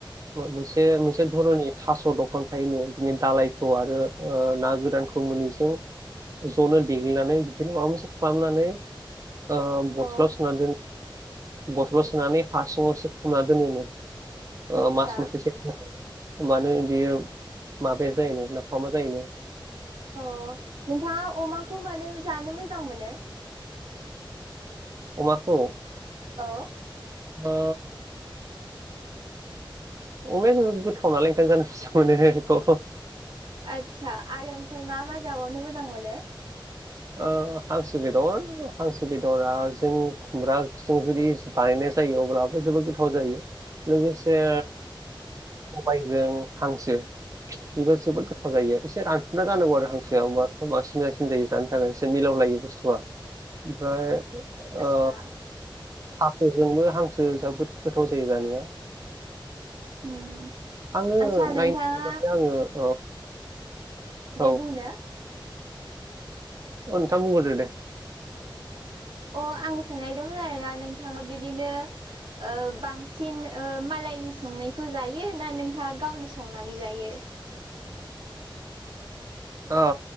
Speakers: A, on the right; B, on the right.
A: मोनसे मोनसे धरनि थास' दंफां खायोनो बिदिनो दालायखौ आरो ओ ना गोरानखौ मोनैजों ज'नो देग्लिनानै बिदिनो माबा मोनसे खालामनानै ओ बथलाव
B: औ
A: सोना दोनो बथलाव सोनानै हा सिङावसो फबना दोनोनो ओ
B: आतसा
A: मास मोनसेसो होनबानो बियो माबाया जायोनो नाफामा जायोनो
B: औ नोंथाङा अमाखौ मानो जानो मोजां मोनो?
A: अमाखौ
B: औ
A: ओ अमाया गो-गोथाव नालाय ओंखायनो जानो मोजां मोनो बेखौ
B: आदसा आरो ओमफ्राय मा मा जाबावनो मोजां मोनो?
A: ओ हांसो बेदर हांसो बेदरा जों खुमब्रा ओंख्रि बानायनाय जायो अब्लाबो जोबोद गोथाव जायो लोगोसे सबाइजों हांसो बेबो जोबोद गोथाव जायो एसे रानफुनला जानांगौ आरो हांसोआ अमाखौ <unintelligible> जायो। जानो थाखाय एसे मिलाव लायो बुस्थुआ ओमफ्राय
B: आदसा
A: ओ हांसोजोंबो हांसो जाबोद गोथाव जायो जानाया।
B: उम
A: आङो
B: आदसा
A: नाइनटि
B: नोंथाङा
A: माने आङो औ।
B: दे
A: औ
B: बुंदो
A: ओ नोंथां बुंग्रोदो दे
B: अ आं सोंनायदोंमोन आरोना नोंथाङा बिदिनो ओ बांसिन ओ मालायनि संनायखौ जायो ना नोंथाङा गावनो संनानै जायो।
A: ओ